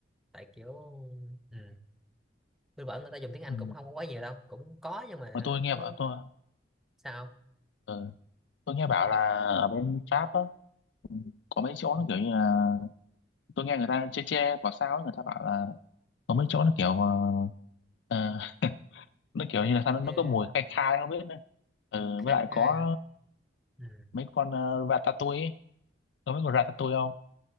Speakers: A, in the centre; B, on the left.
A: tại kiểu ừ. tôi bảo người ta dùng tiếng Anh
B: Ừ.
A: cũng không có quá nhiều đâu cũng có nhưng mà
B: Mà tôi nghe
A: nó
B: bảo tôi
A: sao không?
B: ờ, tôi nghe bảo là ở bên Pháp á ừ, có mấy chỗ
A: ừ.
B: nó kiểu như là tôi nghe người ta chê chê bảo sao ấy, người ta bảo là có mấy chỗ nó kiểu ờ, ờ, nó kiểu như là sao nó, nó
A: yeah.
B: có mùi khai khai không biết nữa ừ,
A: khai
B: với lại
A: khai
B: có
A: hả ừ.
B: mấy con uh, ratatouille ấy. có mấy con ratatouille không